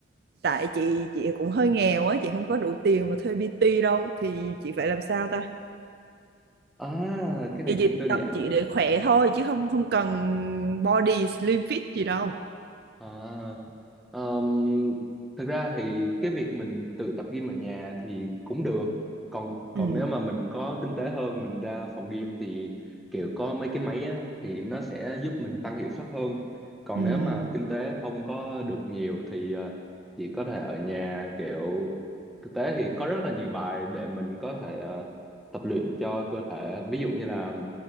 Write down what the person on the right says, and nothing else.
Tại chị chị cũng hơi nghèo á, chị không có đủ tiền mà thuê PT đâu thì chị phải làm sao ta?
Chị chỉ
tập
chị
để khỏe thôi chứ không không cần body slim fit gì đâu.
ừ,
ừ, Ừ.